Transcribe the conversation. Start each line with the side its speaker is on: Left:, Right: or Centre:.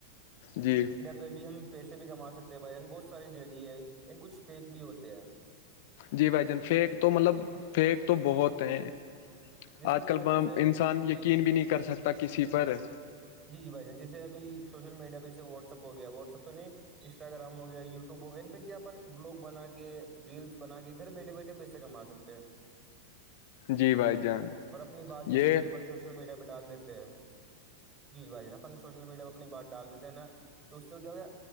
Left: جی
Right: توبھی ہم پیسے بھی کما سکتے ہیں بھائیان بہت سارے ذریعےن کچھ فیک بھی ہوتے ہیں
Left: جی بھائی جان فیک تو مطلب فیک تو بہت ہیں
Right: جیسے
Left: آج
Right: کہ
Left: کل
Right: ہم جیسے
Left: انسان یقین
Right: جی
Left: بھی نہیں کر سکتا کسی پر
Right: جی جی بھائی جان جیے ابھیوشل میڈیا بھی ج سے واٹسپ گیا واٹس ایپ تو نہیں انسٹاگرام ہو گیا یوٹیوب ہو گیا ان پہ کیا اپن ولاگ بنا کے ریلس بنا کے گھر بیٹھے بیٹھے پی سےے کم آ سکتے ہے
Left: جی بھائی جان
Right: اور اپنی بات
Left: یہ
Right: جیسے کہن سوشل میڈیا پہ ڈال دیتے ہیں جی بھائی جا اپ سوشل میڈیا پہ اپنی بات ڈال دیتے نا تو اس کو کیا ہو گیا